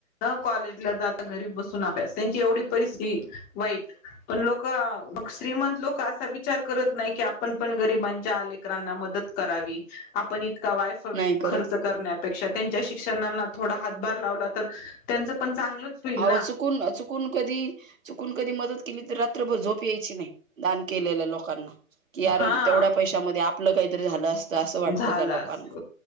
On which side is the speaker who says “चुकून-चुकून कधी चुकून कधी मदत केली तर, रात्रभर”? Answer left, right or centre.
Right